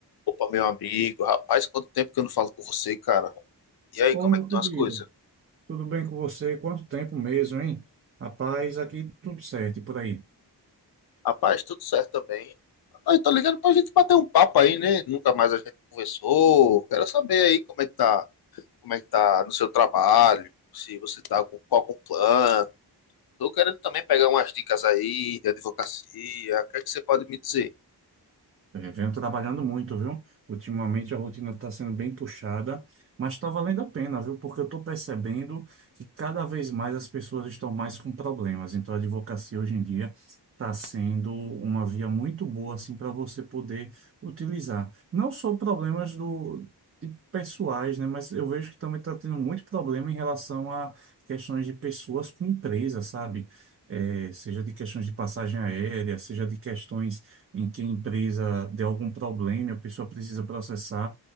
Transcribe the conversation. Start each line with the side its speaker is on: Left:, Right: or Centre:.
Left: Opa, meu amigo, rapaz, quanto tempo que eu não falo com você, cara. E aí,
Right: Ô,
Left: como
Right: meu
Left: é que estão
Right: querido,
Left: as coisas?
Right: tudo bem com você? Quanto tempo mesmo, hein? Rapaz, aqui tudo certo e por aí.
Left: Rapaz, tudo certo também. Rapaz, tô ligando pra gente bater um papo aí, né? Nunca mais a gente conversou. Quero saber aí como é que tá, como é que tá no seu trabalho, se você tá com qual com plano. Tô querendo também pegar umas dicas aí de advocacia. O que é que você pode me dizer?
Right: É, venho trabalhando muito, viu? Ultimamente a rotina está sendo bem puxada, mas está valendo a pena, viu? Porque eu estou percebendo que cada vez mais as pessoas estão mais com problemas. Então a advocacia hoje em dia está sendo uma via muito boa assim para você poder utilizar. Não só problemas do de pessoais, né? Mas eu vejo que também está tendo muito problema em relação a questões de pessoas com empresa, sabe? É, seja de questões de passagem aérea, seja de questões em que a empresa deu algum problema, e a pessoa precisa processar.